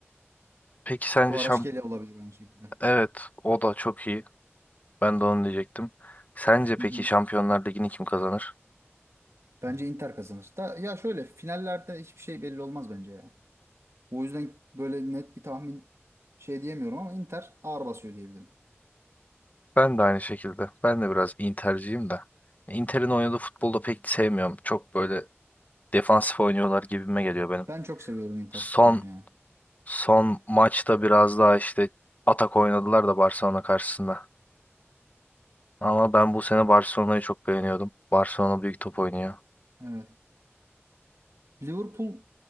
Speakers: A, on the left; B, on the right.
A: Peki sence
B: Kvaratskhelia
A: şamp...
B: olabilir aynı şekilde.
A: Evet, o da çok iyi. Ben de onu diyecektim. Sence
B: Hı
A: peki
B: hı.
A: Şampiyonlar Ligi'ni kim kazanır?
B: Bence Inter kazanır. Da, ya şöyle finallerde hiçbir şey belli olmaz bence ya. O yüzden böyle net bir tahmin şey diyemiyorum ama Inter ağır basıyor diyebilirim.
A: Ben de aynı şekilde. Ben de biraz Inter'ciyim de. Inter'in oynadığı futbolda pek sevmiyorum. Çok böyle defansif oynuyorlar gibime geliyor benim.
B: Ben çok seviyorum Inter
A: Son
B: futbolunu ya.
A: son maçta biraz daha işte atak oynadılar da Barcelona karşısında. Ama ben bu sene Barcelona'yı çok beğeniyordum. Barcelona büyük top oynuyor.
B: Evet. Liverpool